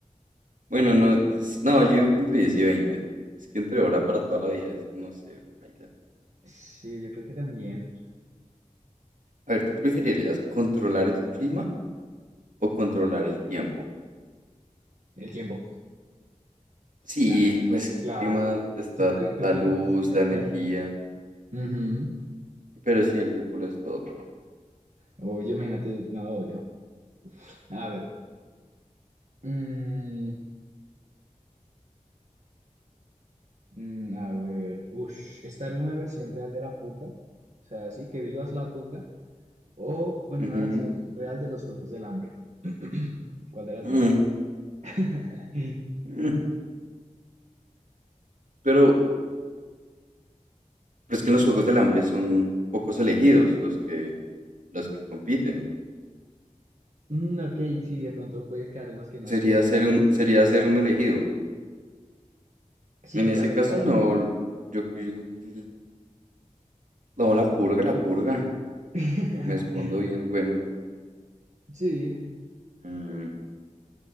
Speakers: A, on the right; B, on the right.
A: Bueno, no, no, s- no, yo digo que entre 10 y veinte Es que entre hora para toda la vida es, no sé, baila.
B: Sí, yo creo que también
A: A ver, ¿tú preferirías controlar el clima o controlar el tiempo?
B: el tiempo.
A: Sí,
B: Está claro,
A: pues que
B: claro.
A: el clima está
B: ¿Tú, qué- tú
A: la
B: qué
A: luz,
B: no haces con el
A: la energía,
B: tiempo? Ujú.
A: pero sí, el tiempo lo es todo.
B: Oye, imagínate, no, obvio. A ver. mm, mm, a ver. Ush, estar en una versión real de la purga. O sea, sí, que vivas la purga. O en
A: Ujú.
B: una versión real de los Juegos del Hambre. <clears throat> ¿Cuál de las
A: Mm,
B: dos? <laughs>
A: mm. Pero, pero es que en los Juegos del Hambre son pocos elegidos los que, los que compiten.
B: Mm, ok, sí, de pronto puedes caer en los que no escogen.
A: Sería ser un, sería ser un elegido.
B: Sí,
A: En
B: claro,
A: ese caso,
B: claro.
A: no, yo digo que... el- No, la purga, la purga.
B: <laughs>
A: Me escondo bien, bueno.
B: Sí,
A: mm,